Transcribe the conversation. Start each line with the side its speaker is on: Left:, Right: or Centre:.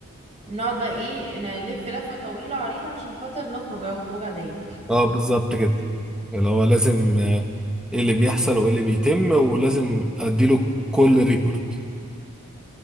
Right: نقعد بقى إيه نلف لفة طويلة عريضة عشان خاطر نخرج أو خروجة عادية
Centre: اه بالظبط كده اللي هو لازم آه، ايه اللي بيحصل وايه اللي بيتم ولازم اديله كل ريبورت